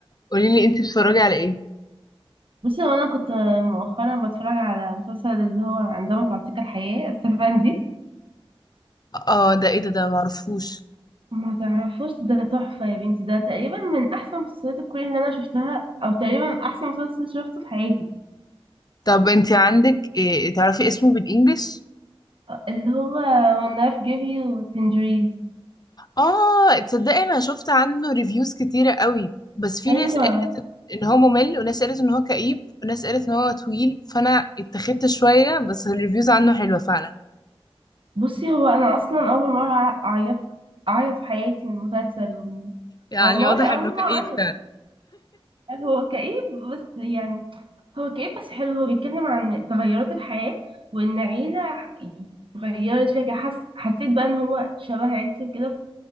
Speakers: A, on the left (about 40°); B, on the right (about 60°).
A: قولي لي انتي بتتفرجي على ايه
B: بصي هو انا كنت مؤخرا بتفرج على مسلسل اللي هو عندما تعطيك الحياة السفندي
A: اه ده ايه ده ده معرفوش
B: ما تعرفوش ده تحفة يا بنتي ده تقريبا من احسن مسلسلات الكوري اللي انا شفتها او تقريبا احسن مسلسل شفته في حياتي
A: طب انت عندك إيه تعرفي اسمه بالانجلش
B: اللي هو when life gives you tangerines
A: اه تصدقي انا شفت عنه ريفيوز كتيرة قوي بس في
B: ايوه
A: ناس قالت ان هو ممل وناس قالت ان هو كئيب وناس قالت ان هو طويل فانا اتخذت شوية بس الريفيوز عنه حلوة فعلا
B: بصي هو انا اصلا اول مرة ع- اعيط اعيط في حياتي من مسلسل
A: يعني
B: والله
A: واضح
B: اول
A: انه كئيب
B: مرة اعيط
A: فعلا
B: هو كئيب بس يعني هو كئيب بس حلو هو بيتكلم عن تغيرات الحياة وإن عيلة ح- اتغيرت فيها كده. حس... حسيت بقى إن هو شبه عيلتي وكده